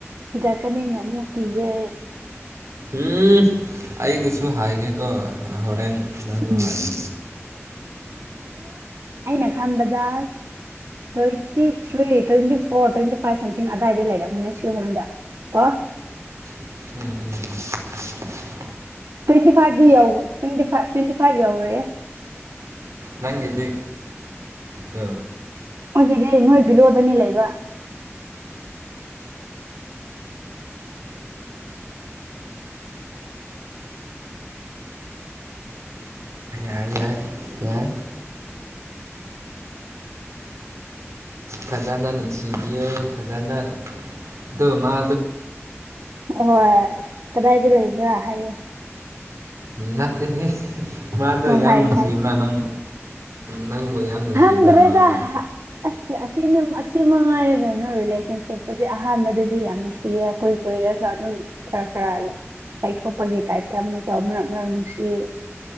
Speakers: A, on the right; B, on the right.
A: ꯏꯒ ꯀꯅꯤꯅꯦ ꯃꯨꯀꯤꯒꯦ
B: ꯎꯝ ꯑꯩꯒꯤꯁꯨ ꯍꯥꯏꯒꯦꯀꯣ ꯍꯣꯔꯦꯟ ꯅꯥꯪꯁꯨ
A: ꯎꯝ
B: ꯍꯥꯏ ꯌꯣ
A: ꯑ ꯅ ꯈꯝꯕꯗꯥꯥ twenty three twenty four twenty five something ꯑꯗꯥꯏꯗ ꯂꯩꯔꯝꯃꯣꯅꯦ ꯁꯤ ꯑꯣꯝꯗ ꯀ
B: ꯎꯝꯝ
A: ꯇ꯭ꯋꯦꯟꯇꯤ ꯐꯥꯏꯚꯗꯤ ꯌ ꯇ꯭ꯋꯦꯟꯇꯤ ꯐꯥꯏꯚ ꯇ꯭ꯋꯦꯟꯇꯤ ꯐꯥꯏꯚ ꯌꯧꯔꯌꯦꯦ
B: ꯅꯪꯒꯦꯗꯤ ꯑ
A: ꯑꯩꯣꯏꯒꯤꯗꯤ ꯅꯣꯏ ꯕꯤꯂꯣꯗꯅꯤ ꯂꯩꯕ
B: ꯀ ꯌꯥꯟ ꯐꯖꯥꯟꯅ ꯅꯤꯡꯁꯤꯕꯤ ꯐꯖꯥꯟꯅꯥ ꯑꯗꯨ ꯃꯥ
A: ꯑ ꯍꯣꯏ ꯀꯗꯥꯏꯗ ꯂꯩꯕ꯭ꯔꯥ ꯍꯥꯏꯌꯨ
B: ꯅꯠꯇꯦ ꯃꯥꯗꯣ
A: ꯑꯣ
B: ꯌꯥꯝ
A: ꯍꯥꯏꯌꯣ
B: ꯅꯨꯡꯁꯤꯕ꯭ꯔꯥ ꯅꯪ ꯅꯪꯕꯨ ꯌꯥꯝ ꯅꯨꯡꯁꯤꯕ꯭ꯔꯥ
A: ꯍꯪꯗ꯭ꯔꯦꯗ
B: ꯃꯥꯗꯣ
A: ꯑꯁ ꯑꯁ ꯁꯤꯅꯤ ꯑꯁꯤꯃ ꯍꯥꯏꯥꯏꯔꯒꯅꯣ ꯔꯤꯂꯦꯁꯟꯁꯤꯞꯇꯗꯤ ꯑꯍꯥꯟꯕꯗꯗꯤ ꯌꯥꯝ ꯅꯨꯡꯁꯤꯌꯦ ꯀꯀꯨꯏ ꯀꯨꯏꯔꯒ ꯑꯗꯨꯝ ꯎꯝ ꯈꯔ ꯈꯔ ꯂꯩ ꯈꯣꯄꯒꯤ ꯇꯥꯏꯞꯇ ꯑꯃꯨꯛ ꯇꯧ ꯃꯔꯛ ꯃꯔꯛ ꯅꯨꯡꯁꯤ